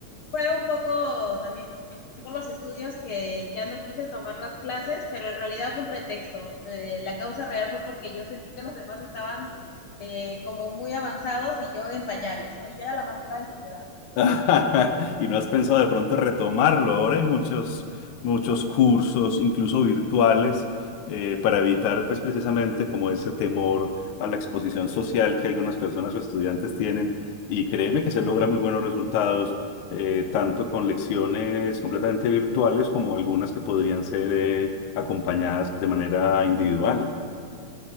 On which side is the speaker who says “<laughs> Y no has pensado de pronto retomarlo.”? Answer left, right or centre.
Left